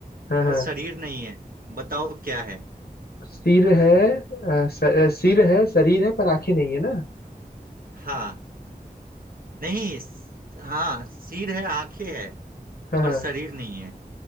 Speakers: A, on the left (about 80°); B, on the right (about 65°).
A: हाँ हाँ
B: पर शरीर नहीं है बताओ क्या है
A: सिर है अ, स, अ, सिर है शरीर है पर आंखें नहीं है ना
B: हाँ नहीं स- हाँ सिर है आंखें है
A: हाँ हाँ
B: पर शरीर नहीं है